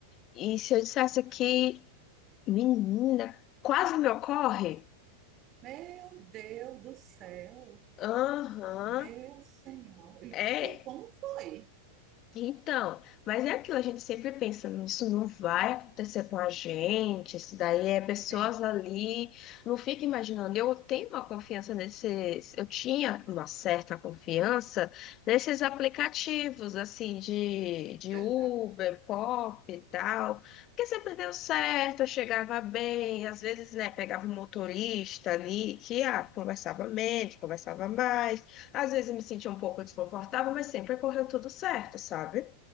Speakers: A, on the left; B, on the right.
A: E se eu dissesse que, menina, quase me ocorre?
B: meu Deus do céu,
A: Aham.
B: meu Senhor. E,
A: É,
B: foi- e como foi?
A: Então, mas é aquilo, a gente sempre pensa, isso não vai acontecer com a gente, isso daí é pessoas
B: Sempre,
A: ali, não fica imaginando, eu tenho uma confiança nesses, eu tinha uma certa confiança nesses aplicativos, assim, de, de
B: verdade.
A: Uber, Pop e tal, porque sempre deu certo, eu chegava bem, às vezes, né, pegava um motorista ali, que, ah, conversava menos, conversava mais, às vezes eu me sentia um pouco desconfortável, mas sempre correu tudo certo, sabe?